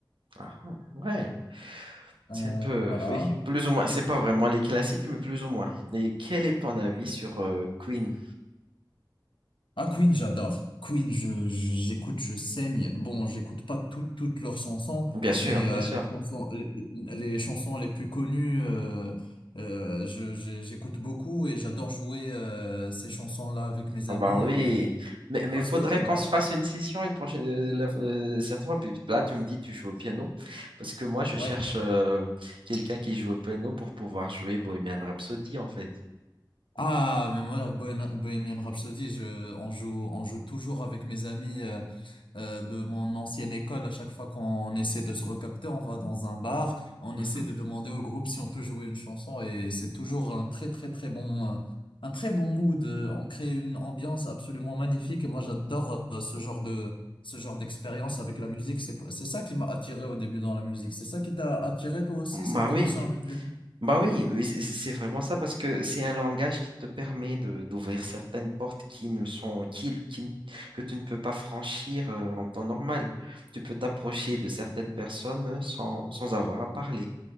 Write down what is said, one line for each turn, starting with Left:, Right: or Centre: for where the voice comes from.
Right: Ah ah, ouais, c'est
Left: Euh,
Right: un peu,
Left: voilà.
Right: oui, plus ou moins. C'est pas vraiment les classiques, mais plus ou moins. Et quel est ton avis sur euh, Queen?
Left: Ah, Queen, j'adore. Queen, je, je- j'écoute, je saigne. Bon, j'écoute pas toutes toutes leurs chansons,
Right: Bien sûr,
Left: mais euh,
Right: bien sûr.
Left: les chansons, les, les chansons les plus connues, euh, euh, je, je- j'écoute beaucoup et j'adore jouer euh, ces chansons-là avec mes
Right: Ah
Left: amis
Right: ben oui,
Left: euh,
Right: mais mais
Left: parce
Right: il faudrait
Left: que euh,
Right: qu'on
Left: bah,
Right: se fasse une session une prochaine euh, la- euh, certaines fois. Puis là, tu me dis tu joues au piano parce que moi je cherche
Left: ouais.
Right: euh, quelqu'un qui joue au piano pour pouvoir jouer Bohemian Rhapsody en fait.
Left: Ah, mais moi, alors, Bohemian Bohemian Rhapsody, je, on joue, on joue toujours avec mes amis. euh, euh, de mon ancienne école, à chaque fois qu'on essaie de se recapter, on va dans un bar, on
Right: Mhm.
Left: essaie de demander au groupe si on peut jouer une chanson et c'est toujours un très très très bon, euh, un très bon mood. Euh, On crée une ambiance absolument magnifique et moi j'adore euh, ce genre de, ce genre d'expérience avec la musique. C'est, c'est ça qui m'a attiré au début dans la musique. C'est ça qui t'a attiré toi aussi,
Right: Bah
Left: cette connexion
Right: oui,
Left: avec les
Right: Bah oui, oui, c- c- c'est vraiment ça parce que c'est un langage qui te permet de d'ouvrir certaines portes qui ne sont qui, qui ne- que tu ne peux pas franchir euh, en temps normal. Tu peux t'approcher de certaines personnes sans, sans avoir à parler.